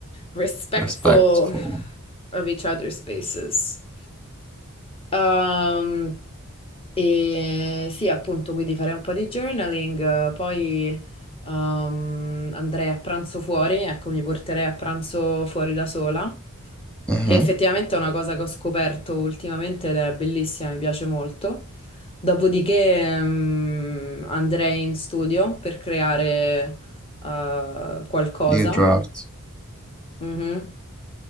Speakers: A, on the left; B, in the centre.
A: respectful
B: respectful.
A: of each other's spaces. Ehm, e sì, appunto, quindi farei un po' di journaling, eh, poi ehm, andrei a pranzo fuori, ecco, mi porterei a pranzo fuori da sola,
B: Mhm.
A: che effettivamente è una cosa che ho scoperto ultimamente ed è bellissima, mi piace molto. Dopodiché ehm, andrei in studio per creare eh, qualcosa.
B: New draft.
A: Mhm.